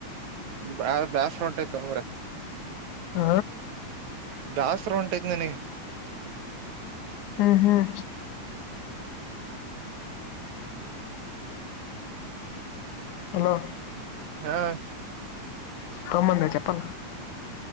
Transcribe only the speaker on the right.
ಬ್ಯಾ ಬೇಸ್ರ ಒಂಟೈತ್ ತಗೋ ಬಾರೆ.
ಬ್ಯಾಸರ ಒಂಟೈತ್ ನನಿಗೆ
ಹಾ